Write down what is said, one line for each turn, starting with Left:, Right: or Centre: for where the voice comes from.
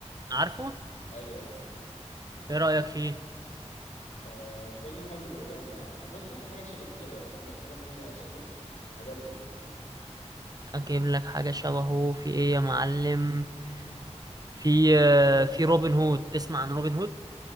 Right: عارفه
Left: ايوه ايوه
Right: ايه رأيك فيه
Left: أه فيلم حلو وجامد ع- بص هتلاقي حاجات شبه كده يعني عندك حاجه تانية شبهه عجبني
Right: اجيب لك حاجة شبهه في ايه يا معلم في آه، في روبن هود تسمع عن روبن هود